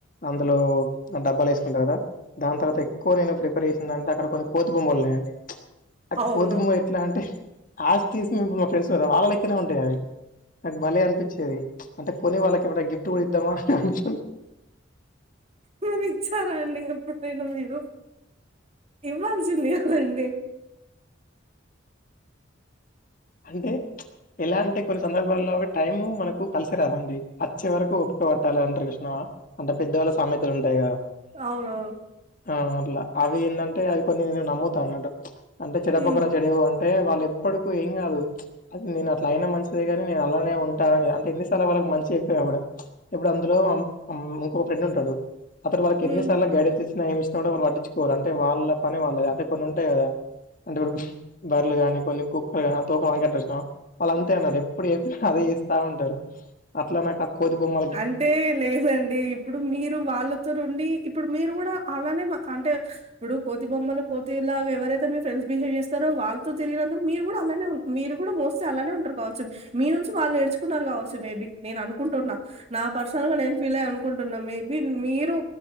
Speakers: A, on the left; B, on the right.
A: అందులో ఆ డబ్బాలేసుకుంటా కద దాని తర్వాత ఎక్కువ నేను ప్రిఫెర్ చేసిందంటే అక్కడ కొన్ని కోతి బొమ్మలు ఉన్నాయండి ఆ
B: అవును.
A: కోతి బొమ్మలు ఎట్లా అంటే ఆస్ టీస్ ఇప్పుడు మా ఫ్రెండ్స్ ఉన్నారా వాళ్ళలెక్కనే ఉంటాయి అవి నాకు భలే అనిపించేది అంటే కొని వాళ్ళకి ఎమ్మన గిఫ్ట్ గుడ ఇద్దామా అని అను
B: మరి ఇచ్చారా అండి ఎప్పుడైనా మీరు ఇవ్వాల్సింది కదండి
A: అంటే చ్ ఎలాంటి కొన్ని సందర్భాల్లో టైమ్ మనకు కలిసి రాదండి ఆచ్చేవరకు ఓపిక పట్టాలె అంటరు చూష్ణవ అంటే పెద్దవాళ్ళ సామెతలు ఉంటాయి గదా
B: అవునవును.
A: ఆ అట్లా అవి ఏందంటే అవి కొన్ని నేను నమ్ముతా అన్నటు అంటే చెన్నెపక్కొర
B: హ్మ్.
A: చెడవు టే వాళ్ళు ఎప్పడ్కు ఎం కాదు అది నేను అట్లా అయినా మంచిదే గాని నేను అల్లానే ఉంటా అని అంటే ఇన్నిసార్ల వాళ్ళకి మంచి చెప్పాన కూడ ఇప్పుడు అందులో ఇంకొక ఫ్రెండ్ ఉంటాడు అతడు వాళ్ళకి
B: హ్మ్.
A: ఎన్నిసార్లు గైడెన్స్ ఇ ఏం ఇచ్చిన కూడా వాళ్ళువట్టించుకోరూ అంటే వాళ్ళ పని వాళ్ళది అంటే కొన్ని ఉంటాయి కదా అంటే ఇప్పుడు బర్లు గాని పందికొక్క్ తోక కట్టొచ్చినా వాళ్ళు అంతే ఉన్నారు ఎప్పుడు చెప్పిన అదే చేస్తా ఉంటారు అట్లా ఆ కొతి బొమ్మ
B: అంటే లేదండి ఇప్పుడు మీరు వాళ్ళతోని ఉండి ఇప్పుడు మీరు కూడా అలానే అంటే ఇప్పుడు కోతి బొమ్మలు కోతిలాగా ఎవరైతే మీరు ఫ్రెండ్స్ బిహేవ్ చేస్తారో వాళ్ళతో తిరిగినందుకు మీరు కూడా అ మీరు కూడా మోస్ట్లీ అలానే ఉంటారు కావచ్చు మీ నుంచి వాళ్ళు నేర్చుకున్నారు కావచ్చు మేబీ నేను అను నుకుంటున్నా నా పర్సనల్ గా నేను ఫీల్ అయ అనుకుంటున్నా మేబి మీ రు